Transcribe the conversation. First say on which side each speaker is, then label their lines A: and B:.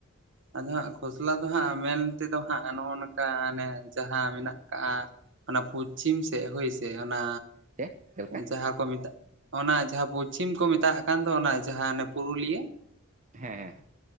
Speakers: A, on the right; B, on the right.
A: ᱟᱫᱚ ᱦᱟᱸᱜ ᱠᱷᱚᱥᱞᱟ ᱫᱚ ᱦᱟᱸᱜ ᱢᱮᱱ ᱛᱮᱫᱚ ᱦᱟᱸᱜ ᱱᱚᱜᱼᱚ ᱱᱚᱝᱠᱟ ᱟᱱᱮ ᱡᱟᱦᱟᱸ ᱢᱮᱱᱟᱜ ᱠᱟᱜᱼᱟ, ᱚᱱᱟ ᱯᱚᱪᱪᱷᱤᱢ ᱥᱮᱜ ᱦᱳᱭ ᱥᱮ ᱚᱱᱟ
B: ᱪᱮᱫ ᱪᱮᱫ ᱞᱮᱠᱟ
A: ᱡᱟᱦᱟᱸ ᱠᱚ ᱢᱮᱛᱟᱜ ᱚᱱᱟ ᱡᱟᱦᱟᱸ ᱯᱚᱪᱪᱷᱤᱢ ᱠᱚ ᱢᱮᱛᱟᱜ ᱠᱟᱱ ᱫᱚ ᱚᱱᱟ ᱡᱟᱦᱟᱸ ᱚᱱᱮ ᱯᱩᱨᱩᱞᱤᱭᱟᱹ᱾
B: ᱦᱮᱸ ᱦᱮᱸ